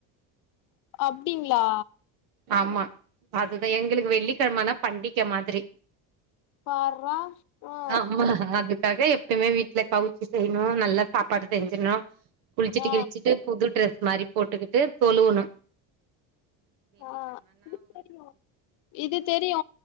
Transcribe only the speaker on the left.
அப்டிங்ளா
பார்றா ஆ
ஆ
ஆ இது தெரியு இது தெரியு